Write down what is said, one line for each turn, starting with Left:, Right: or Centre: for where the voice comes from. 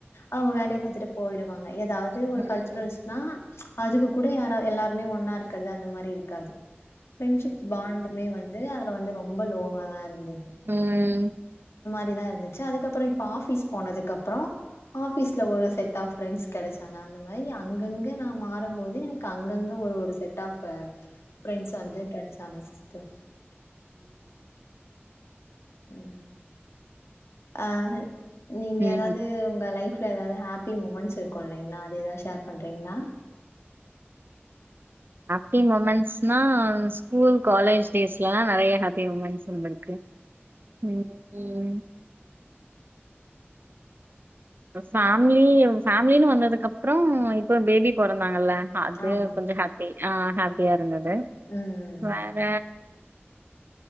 Left: அவங்க வேலையை பார்த்துட்டு போயிடுவாங்க ஏதாவது
Right: ம்,
Left: ஒரு கல்ச்சுரல்ஸ்னா
Right: ம்.
Left: அதுக்கு கூட யாரா எல்லாருமே ஒன்னா இருக்கிறது அந்த மாரி இருக்காது ஃப்ரெண்ட்ஷிப் பாண்டுமே வந்து அதுல வந்து ரொம்ப லோவா தான் இருந்தது
Right: ம்
Left: அப்டிதான் இருந்துச்சு அதுக்கப்புறம் இப்ப ஆபீஸ் போனதுக்கு அப்புறம் ஆபிஸ் ஒரு செட் ஆஃப் பிரெண்ட்ஸ் கிடைச்சாங்க அந்த மாதிரி அங்கங்க நான் மாறும்போது எனக்கு அங்கங்க ஒரு ஒரு செட் ஆப் ஃபிரண்ட்ஸ் வந்து கிடைச்சாங்க சிஸ்டர் ம் ஆ நீங்க
Right: ம்.
Left: ஏதாவது உங்க லைஃப் ல ஏதாவது ஹாப்பி மூமெண்ட்ஸ் இருக்கும் இல்லைங்களா அது ஏதாவது ஷேர் பண் றிங்களா
Right: ஹாப்பி முமெண்ட்ஸ் நா ஸ்கூல் காலேஜ் டேஸ்லலா நறைய ஹாப்பி முமெண்ட்ஸ் வந்திருக்கு ம் ம் பேமிலி பேமிலினு வந்ததுக்கு அப்புறம் இப்ப பேபி பொறந்தாங்கல்ல அது
Left: ஆமா
Right: கொஞ்சம் ஹாப்பி ஆ ஹாப்பியா இருந்தது
Left: ம்
Right: வேற